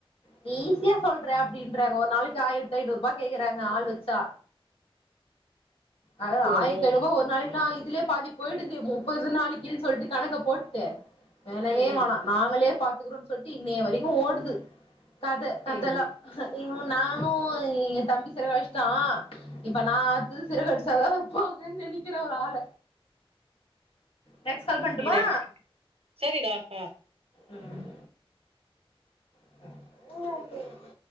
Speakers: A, on the left (about 65°); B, on the right (about 80°).
A: நீ ஈஸியா சொல்ற அப்படின்றாங்க ஒரு நாளைக்கு ஆயிரத்து ஐநூறு ரூபா கேக்குறாங்க ஆள் வச்சா அத
B: ஓ
A: ஆயிரத்திஐநூறு
B: ஓ
A: ரூபா ஒரு நாளைக்கினா இதுலயே பாதி போயிடுதே மோ ப்பது நாளைக்குனு சொல்லிட்டு கணக்க போட்டு வேனவே
B: ம் ம்
A: வேணாம் நாங்களே பாத்துக்குறோ சொல் சொட்டி இன்னே வரைக்கும் ஓடுது கத கந்தலா
B: ம் ம்
A: இ நான் கு எங்க தம்பி செலவலிச்சிட்டான் இப்ப நான் அடுத்தது சிரகடிச்சதா வேப்பாங்க நினைக்கிற ஒரு ஆள நெக்ஸ்ட் கால் பண்ட்டுமா
B: சீரக் சரிடா ஆ
A: ம் <unintelligible>